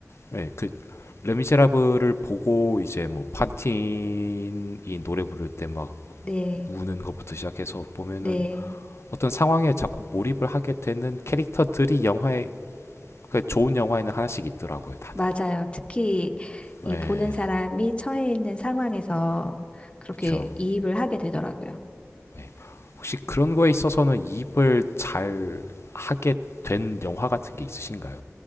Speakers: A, on the left (about 55°); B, on the left (about 20°).
A: 네, 그 레미제라블을 보고 이제 뭐 판틴이 노래 부를 때 막
B: 네,
A: 우는 것부터 시작해서 보면은
B: 네.
A: 어떤 상황에 자꾸 몰입을 하게 되는 캐릭터들이 영화에 그 좋은 영화에는 하나씩 있더라고요, 다들.
B: 맞아요. 특히 이
A: 네,
B: 보는 사람이 처해 있는 상황에서 그렇게
A: 그렇죠.
B: 이입을 하게 되더라고요.
A: 네. 혹시 그런 거에 있어서는 이입을 잘 하게 된 영화 같은 게 있으신가요?